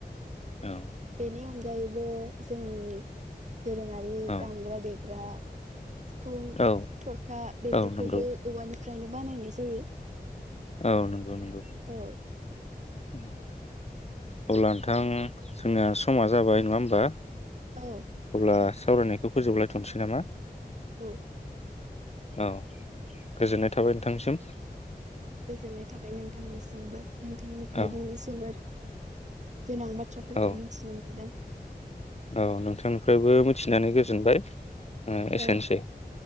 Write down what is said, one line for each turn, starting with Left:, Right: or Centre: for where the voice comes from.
Left: औ।
Right: बेनि अनगायैबो जोंनि डोरोंयारि
Left: औ
Right: दामग्रा देग्रा सिफुं
Left: औ
Right: थरखा बेफोरखौबो
Left: औ नंगौ
Right: औवानि फायनो बानायनाय जायो।
Left: औ नोंगौ नोंगौ
Right: औ
Left: औ। अब्ला नोंथां जोंनिया समा जाबाय नंङा होनबा?
Right: औ
Left: अब्ला स सावरायनायखौ फोजोबलायथनोसै नामा?
Right: औ।
Left: औ गोजोननाय थाबाय नोंथांसिम
Right: औ गोजोननाय थाबाय नोंथांनिसिमबो नोंथांनिफ्रायदि
Left: औ
Right: जोबोर गोनां बाथ्राफोरखौ
Left: औ
Right: मिथिनो मोनदों।
Left: औ नोंथांनिफ्रायबो। थिनानै गोजोनबाय। ओ एसेनोसै
Right: औ